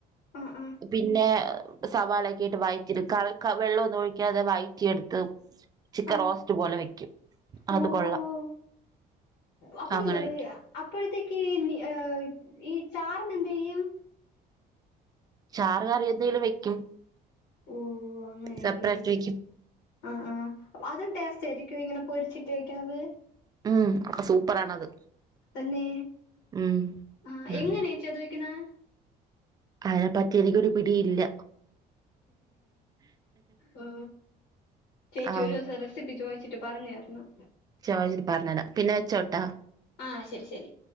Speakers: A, on the left; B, on the right.
A: ആ ആ
B: പിന്നെ സവാള യിട്ട് വഴറ്റിട് ക ക വെള്ളൊന്നും ഒഴിക്കാതെ വഴറ്റി എടുത്ത് ചിക്കൻ
A: ആ
B: റോസ്റ്റ് പോലെ വെക്കും അത്
A: ഓ
B: കൊള്ളാം
A: ഓ അപ്പം
B: അങ്ങനെ വെക്കും
A: അപ്പോഴത്തേക്ക് ഏ ഈ ചാറിന് എന്ത് ചെയ്യും
B: ചാറ് കറിയന്തെങ്കിലും വെക്കും
A: ഓ അങ്ങനെയല്ലേ
B: സെപ്പറേറ്റ് വെക്കും
A: ആ ആ അതും ടേസ്റ്റ് ആയിരിക്കും ഇങ്ങനെ പൊരിച്ചിട്ടേക്കണത്
B: ഉം അപ്പ സൂപ്പറാണത്
A: തന്നെ
B: ഉം
A: ആ
B: ആണ്.
A: എങ്ങനേച്ചി അത് വെക്കണെ
B: അതിനെപ്പറ്റി എനിക്കൊരു പിടിയില്ല
A: ഓ ചേച്ചി
B: ആഹ്
A: ഒരു ദിവസം റെസിപ്പി ചോദിച്ചിട്ട് ് പറഞ്ഞരണം
B: ച പറഞ്ഞരാ പിന്നെ വെച്ചോട്ടാ
A: ആഹ് ശരി ശരി